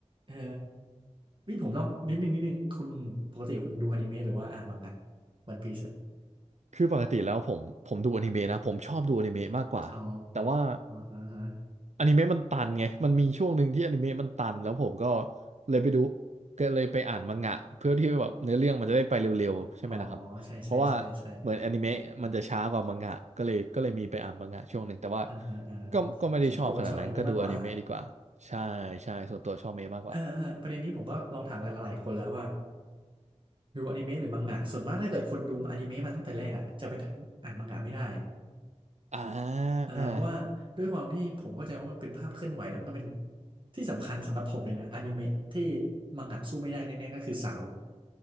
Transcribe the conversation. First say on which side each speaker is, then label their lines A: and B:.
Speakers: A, on the right (about 45°); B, on the right (about 70°).
A: เออนี่ผมต้องนิดนึงนิดนึงคุณปกติคุณดูอนิเมะหรือว่าอ่านมังงะวันพีซ
B: คือปกติแล้วผมผมดูอนิเมะนะผมชอบดูอนิเมะมากกว่าแต่ว่า
A: อ๋อฮะฮะ
B: อนิเมะมันตันไงมันมีช่วงหนึ่งที่อนิเมะมันตันแล้วผมก็เลยไปดูก็เลยไปอ่านมังงะเพื่อที่แบบเนื้อเรื่องมันจะได้ไปเร็วๆใช่ไหมนะครับเพราะว่าเหมือนอนิเมะมันจะช้ากว่ามังงะก็เลยก็เลยมีไปอ่านมังงะช่วงหนึ่งแต่ว่า
A: อ๋อใช่ใช่ใช่ใช่อ่าฮะอ่าฮะ
B: ก็ก็ไม่ได้ชอบขนาดนั้นก็ดูอนิเมะดีกว่าใช่ใช่ส่วนตัวชอบเมะมากกว่า
A: ส่วนตัวก็ชอบอนิเมะมากกว่าเออเออประเด็นนี้ผมก็ลองถามกันหลายๆคนแล้วว่าดูอนิเมะหรือมังงะส่วนมากถ้าเกิดคุณดูอนิเมะมาตั้งแต่แรกอ่ะจะไปอ่านมังงะไม่ได้
B: อ่า
A: อ่าเพราะว่าด้วยความที่ผมเข้าใจว่ามันเป็นภาพเคลื่อนไหวแล้วมันก็เป็นที่สำคัญสำหรับผมเลยนะอนิเมะที่มังงะสู้ไม่ได้แน่ๆก็คือซาวด์